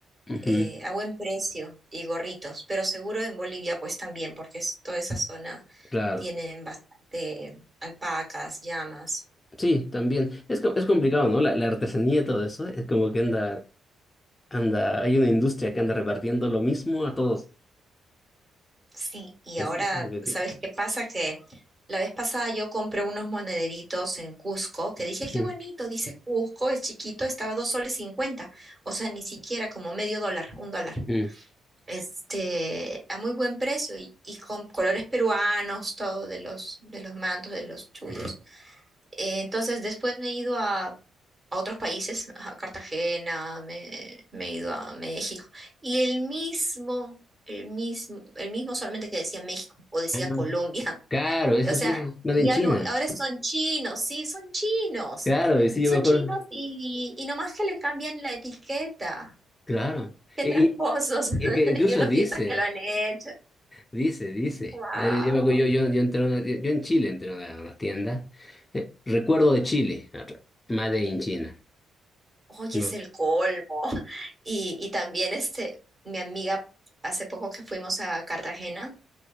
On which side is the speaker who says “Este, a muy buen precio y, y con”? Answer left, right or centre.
Right